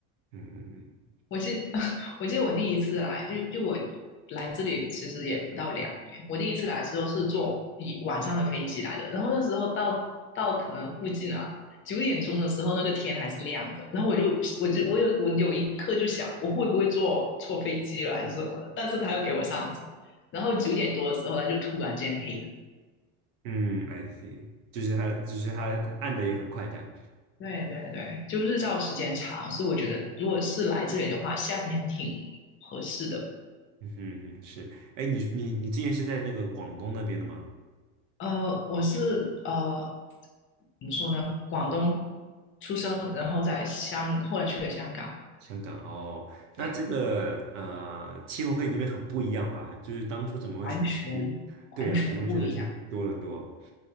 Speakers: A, on the right (about 80°); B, on the left (about 35°).
A: 嗯嗯
B: 我记 <laughs> 我记得我第一次来，就就我来这里其实也不到两年。我第一次来的时候是坐一晚上的飞机来的，然后那时候到到可能附近啊九点钟的时候，那个天还是亮的。然后我就我就我有我有一刻就想，我会不会坐错飞机了还是什么的？但是他又给我上机，然后九点多的时候他就突然间黑了。
A: 嗯嗯，I see，就是它就是它它暗的也很快这样。
B: 对对对，就日照时间长，所以我觉得如果是来这里的话，夏天挺合适的。
A: 嗯哼，嗯哼，是，哎，你你你之前是在那个广东那边的吗？
B: 呃，我是呃，怎么说呢？广东出生，然后在香，后来去了香港，
A: 香港哦，那这个呃，
B: 对，
A: 气候跟你那边很不一样吧？就是当初怎么会选择去？
B: 完全完全不一样。
A: 对呀、怎么会选择去多伦多？